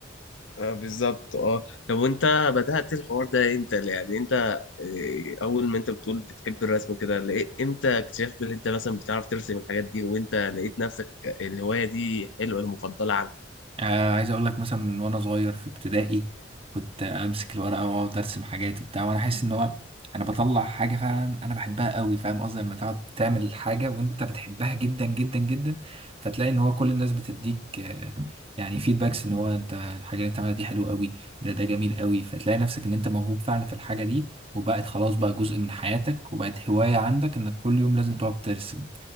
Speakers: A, on the left (about 90°); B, on the right (about 30°).
A: آه بالظبط اه طب وانت بدأت الحوار ده امتى يعني انت إيه اول ما انت بتقول بتحب الرسم وكده لقيت امتى اكتشفت ان انت مثلا بتعرف ترسم الحاجات دي وانت لقيت نفسك الهواية دي حلوة المفضلة عندك
B: آه، عايز اقول لك مثلا من وانا صغير في ابتدائي كنت امسك الورقه واقعد ارسم حاجات وبتاع وانا احس ان هو انا بطلع حاجه فعلا انا بحبها قوي فاهم قصدي لما تقعد تعمل حاجه وانت بتحبها جدا جدا جدا فتلاقي ان هو كل الناس بتديك آه، يعني فيدباكس ان هو انت الحاجه اللي انت عاملها دي حلوه قوي ده ده جميل قوي فتلاقي نفسك ان انت موهوب فعلا في الحاجه دي وبقت خلاص بقى جزء من حياتك وبقت هوايه عندك انك كل يوم لازم تقعد ترسم